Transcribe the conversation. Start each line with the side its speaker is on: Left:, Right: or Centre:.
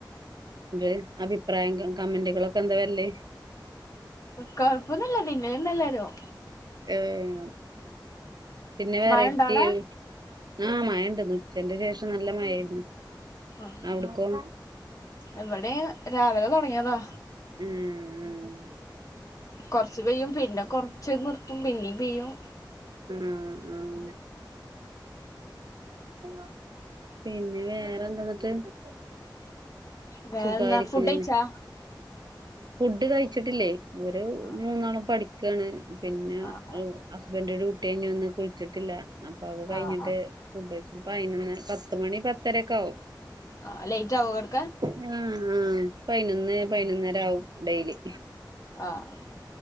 Right: ങ്ങ്ട് അഭിപ്രായം കമ കമന്റുകളൊക്കെ എന്താ വരല്
Left: കൊയപ്പന്നൂല്യ പിന്നേ ഇണ്ട് എല്ലാരും
Right: ഉം പിന്നെ വെറൈറ്റിം
Left: മഴ ഇണ്ടോ അവിടെ
Right: ആഹ്! മഴ്യാ ഇണ്ട്. ഇന്ന് ഉച്ചെൻ്റെ ശേഷം നല്ല മഴായാര്ന്ന്
Left: ആഹ്
Right: അവട്ക്കോ? <inaudible>
Left: ഇവിടെയും രാവിലെ
Right: ഉം
Left: തൊടങ്ങിയതാ
Right: ഉം
Left: കൊർച്ച് പെയ്യും പിന്നെ കൊറച്ച് നിർത്തും പിന്നേം പെയ്യും
Right: ഉം ഉം <inaudible> എങ്ങനെ വേറെന്താ ഇന്നട്ട്
Left: വേറെന്താ
Right: സുഖായിരിക്കണ്
Left: ഫുഡ് കയിച്ചാ
Right: ഫുഡ് കയ്ച്ചിട്ടില്ലേ. വെര്
Left: ആഹ്
Right: മൂന്നാളും പഠിക്കാണ്. പിന്നെ
Left: ആഹ്
Right: ഹേ ഹസ് ബൻ്റ് ഡ്യൂട്ടിയിഞ്ഞ് വന്ന് കുളിച്ചിട്ടില്ല. അപ്പൊ അഒക്കെ
Left: ആഹ്
Right: കയിഞ്ഞിട്ട്
Left: ആഹ് ആഹ്
Right: ഫുഡ് കയിച്ച് പൈനൊന്ന, പത്ത് മണി പത്തരൊക്ക ആവും.
Left: ആഹ്. ലൈറ്റാവൊ കെടക്കാൻ?
Right: ആഹ് ആഹ്. പൈനൊന്ന്, പൈനൊന്നരാവും ടെയ്ലി.
Left: ആഹ്.